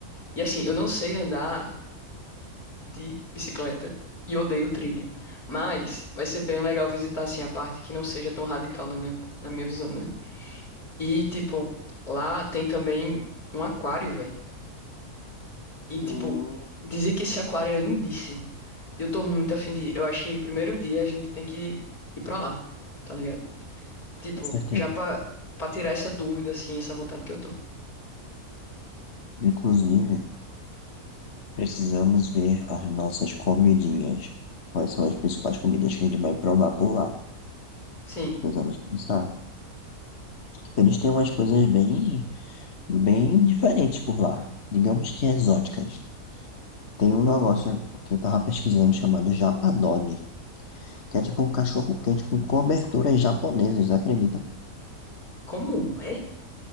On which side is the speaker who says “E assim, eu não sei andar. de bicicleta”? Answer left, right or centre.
Left